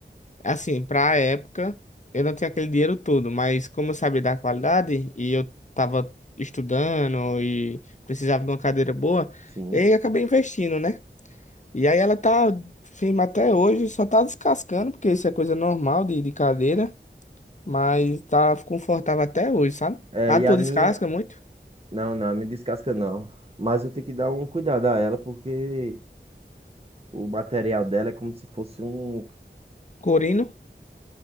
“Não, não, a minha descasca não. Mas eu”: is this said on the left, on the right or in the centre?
Right